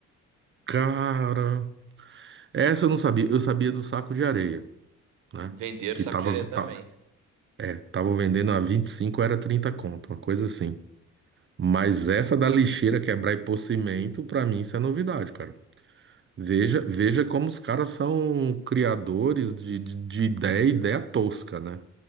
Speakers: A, on the right; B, on the right.
A: Cara, essa eu não sabia. Eu sabia do saco de areia, né?
B: Venderam
A: Que
B: saco
A: tava,
B: de areia também.
A: tá- É, tava vendendo a vinte e cinco era 30 conto, uma coisa assim. Mas essa da lixeira quebrar e pôr cimento, pra mim isso é novidade, cara. Veja, veja como os caras são criadores de, de, de ideia, ideia tosca, né?